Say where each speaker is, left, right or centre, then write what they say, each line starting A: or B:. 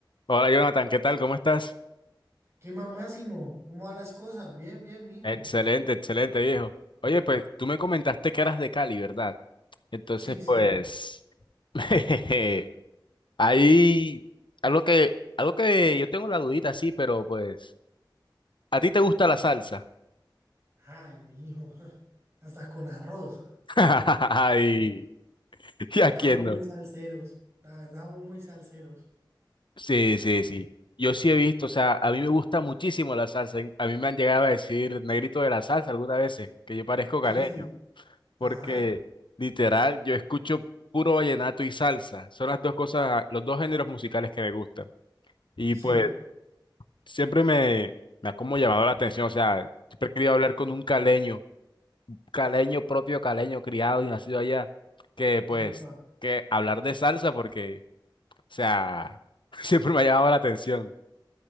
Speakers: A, on the left; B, on the right.
A: Hola Jonathan, ¿qué tal? ¿Cómo estás?
B: ¿Qué más, Máximo? ¿Cómo van las cosas? Bien, bien, mijo.
A: Excelente, excelente viejo. Oye, pues tú me comentaste que eras de Cali, ¿verdad? Entonces,
B: Sí, sí.
A: pues, <laughs> ahí, algo que, algo que yo tengo la dudita, sí, pero pues, ¿a ti te gusta la salsa?
B: Ay, mijo. <laughs> Hasta con arroz.
A: <laughs> Ay, ¿y a
B: Acá
A: quién
B: somos muy
A: no?
B: salseros. La verdad, somos muy salseros.
A: Sí, sí, sí. Yo sí he visto, o sea, a mí me gusta muchísimo la salsa. A mí me han llegado a decir negrito de la salsa algunas veces, que yo parezco caleño.
B: Sí, sí.
A: porque
B: Ajá.
A: literal yo escucho puro vallenato y salsa. Son las dos cosas, los dos géneros musicales que me gustan. Y
B: Sí.
A: pues siempre me, me ha como llamado la atención, o sea, siempre he querido hablar con un caleño, caleño propio, caleño criado y nacido allá, que pues
B: Epa.
A: que hablar de salsa porque, o sea, <laughs> siempre me ha llamado la atención.